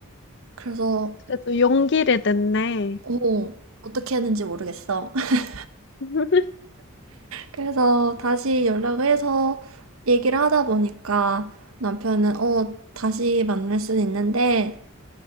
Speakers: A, on the right; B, on the left.
A: 그래서,
B: 그래도 용기를 냈네.
A: 어, 어떻게 했는지 모르겠어. <laughs>
B: <laughs>
A: 그래서 다시 연락을 해서 얘기를 하다 보니까 남편은, 어, 다시 만날 수는 있는데